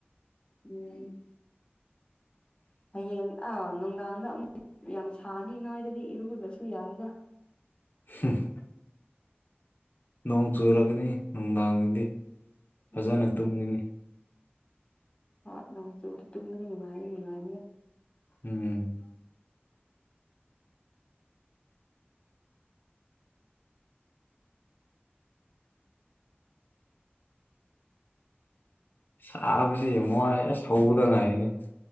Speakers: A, on the left (about 25°); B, on the left (about 55°).
A: ꯎꯝ ꯍꯌꯦꯡ ꯑꯥ ꯅꯨꯡꯗꯥꯡꯗ ꯑꯃꯨꯛ ꯌꯥꯝ ꯁꯥꯅꯤ ꯅꯣꯏꯗꯗꯤ ꯏꯔꯨꯗ꯭ꯔꯁꯨ ꯌꯥꯏꯗ
B: ꯍꯨꯡ <unintelligible> ꯅꯣꯡ ꯆꯨꯔꯝꯒꯅꯤ ꯅꯨꯡꯗꯥꯡꯗꯗꯤ ꯐꯖꯅ
A: ꯎꯝ
B: ꯇꯨꯝꯒꯅꯤ
A: ꯍꯣꯢ ꯅꯣꯡ ꯆꯨꯔꯗꯤ ꯇꯨꯝꯕꯗꯤ ꯅꯨꯡꯉꯥꯏꯗꯤ ꯅꯨꯡꯉꯥꯏꯕꯅꯦ
B: ꯎꯝ ꯁꯥꯕꯁꯦ ꯌꯥꯝ ꯋꯥꯏ ꯑꯁ ꯍꯧꯕꯗ ꯉꯥꯏꯔꯤꯅꯦ